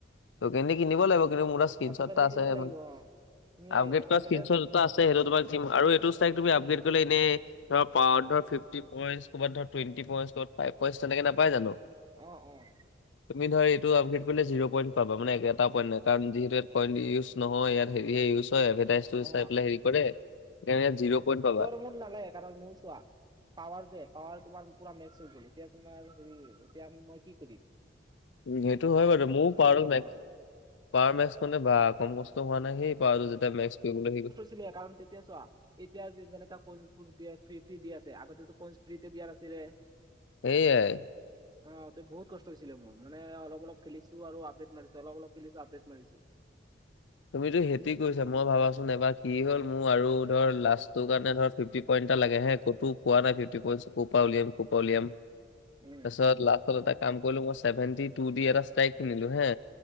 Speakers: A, on the left; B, on the right.
A: টকেন দি কিনিব লাগিব কিন্তু মোৰ স্ক্ৰীনশ্বট
B: অ টকেন
A: এটা
B: দি
A: আছে
B: কিনিব লাগিব
A: মানে
B: অ তুমি
A: আপগ্ৰেড কৰা
B: এডভাৰটাইজ
A: স্ক্ৰীনশ্বট। টা আছে সেইটো তোমাক দিম আৰু এইটোস্থাইক তুমি আপগ্ৰেট কৰিলে এনে ধৰ পাৱাৰ ফিফটি পইন্টচ কবাত ধ টুৱেটি পইণ্টচ ফাইভ পইন্ট তেনেকে নাপাই জানো।
B: অ অ।
A: তুমি ধৰা এইটো আপগ্ৰেড কৰিলে জিৰ পইণ্ট পাবা মানে এটা পইণ্ট নাই কাৰণ যিহেতু ইয়াত ইউজ নহয় ইয়াত হেৰি ইউছ হয় এভাৰটাইজ টো
B: অ অ
A: চাই পেলাই হেৰি কৰে সেকানে এয়াত জিৰ' পইণ্টচ পাবা।
B: মন নালাগে কাৰণ মোৰ চোৱা পাৱাৰ যে পাৱাৰ তোমাৰ পুৰা মেক্স হৈ গল এতিয়া তোমাৰ হেৰি এতিয়া মই কি কৰি-
A: উ সেইটো হয় বাৰু মোও পাৱাৰ
B: কৰিম
A: মেক্স
B: অ
A: পাৱাৰ মেক্স খনে বা কম কষ্ট হোৱা নাই সে। পাওতো যেতিয়া মেক্স কৈবলে হৈ গ'ল।
B: ছিলে কাৰণ তেতিয়া চোৱা এতিয়া যেনেকা কৰ্চবোৰ দিয়ে, ফ্ৰী ফ্ৰী দি আছে আগতেটো কৰ্চ ফ্ৰীতে দিয়া নাছিলে।
A: সেয়াই।
B: অ তই বহু কষ্ট হৈছিলে মোৰ মানে অলপ অলপ খেলিছো আৰু আপডেট মাৰিছো অলপ অলপ খেলিছো আপডেট মাৰিছো।
A: তুমিতো সেতি কৈছা মই ভাবাচোন এবাৰ কি হ'ল মোৰ আৰু ধৰ লাষ্টটোৰ কাৰণে ধৰ ফিফটি পইণ্ট এটা লাগে হে ক'তো পোৱা নাই ফিফটি পইণ্টছ কপা উলিয়াম কপা উলিয়াম।
B: উম
A: তাছত লাখখলত এটা কাম কৰিলো মই চছেভেনটি টু দি এটা ষ্ট্ৰাইক কিনিলো হে